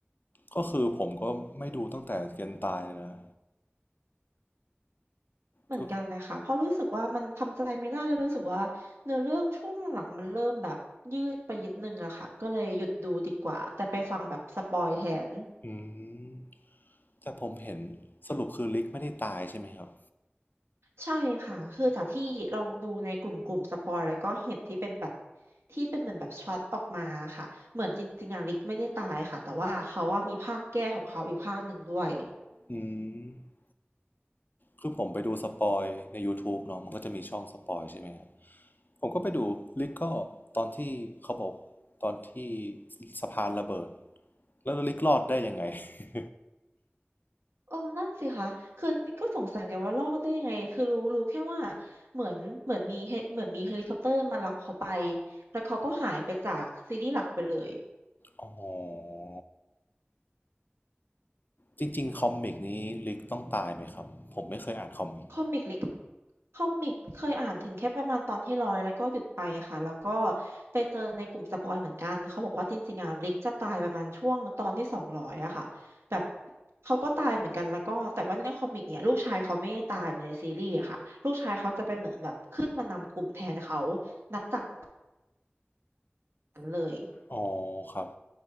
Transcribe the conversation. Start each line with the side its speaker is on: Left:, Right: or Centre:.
Left: ก็คือผมก็ไม่ดูตั้งแต่เกนตายนะ
Right: เหมือนกันเลยค่ะเพราะรู้สึกว่ามันทำใจไม่ได้แล้วรู้สึกว่าเนื้อเรื่องช่วงหลังๆมันเริ่มแบบยืดไปนิดนึงอะค่ะก็เลยหยุดดูดีกว่าแต่ไปฟังแบบสปอยแทน
Left: ก็อืมแต่ผมเห็นสรุปคือลิกไม่ได้ตายใช่ไหมครับ
Right: ใช่ค่ะคือจากที่ลองดูในกลุ่มกลุ่มสปอยแล้วก็เห็นที่เป็นแบบที่เป็นเหมือนแบบช็อตออกมาค่ะเหมือนจริงๆอะลิกไม่ได้ตายค่ะแต่ว่าเขาว่ามีภาคแก้ของเขาอีกภาคหนึ่งด้วย
Left: อืมคือผมไปดูสปอยใน YouTube เนาะมันก็จะมีช่องสปอยใช่ไหมฮะผมก็ไปดูลิกก็ตอนที่เขาบอกตอนที่สะพานระเบิดแล้วลิกรอดได้ยังไง <laughs>
Right: เออนั่นสิคะคือก็สงสัยกันว่ารอดได้ยังไงคือรู้รู้แค่ว่าเหมือนเหมือนมีเฮเหมือนมีเฮลิคอปเตอร์มารับเขาไปแล้วเขาก็หายไปจากซีรีส์หลักไปเลย
Left: อ๋อจริงๆคอมิกนี้ลิกต้องตายไหมครับผมไม่เคยอ่านคอมิก
Right: คอมิกลิกคอมิกเคยอ่านถึงแค่ประมาณตอนที่ร้อยแล้วก็หยุดไปค่ะแล้วก็ไปเจอในกลุ่มสปอยเหมือนกันเขาบอกว่าจริงๆอ่ะลิกจะตายประมาณช่วงตอนที่สองร้อยอะค่ะแบบเขาก็ตายเหมือนกันแล้วก็แต่ว่าในคอมิกเนี่ยลูกชายเขาไม่ได้ตายเหมือนในซีรีส์อะค่ะลูกชายเขาจะเป็นเหมือนแบบขึ้นมานำกลุ่มแทนเขานับจากนั้นเลย
Left: อ๋อครับ